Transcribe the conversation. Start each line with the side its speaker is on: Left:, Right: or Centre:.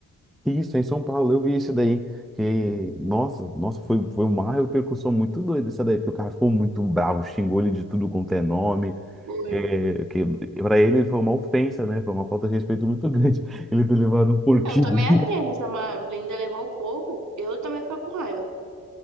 Centre: Isso, em São Paulo, eu vi esse daí. Que, nossa, nossa, foi, foi uma repercussão muito doida essa daí, porque o cara ficou muito bravo, xingou ele de tudo quanto é nome.
Right: Foi.
Centre: É, que para ele foi uma ofensa, né? Foi uma falta de respeito muito <laughs> grande. Ele ter levado um porquinho.
Right: Eu também achei, né? Se a Marlene levar um pouco, eu também ia ficar com raiva.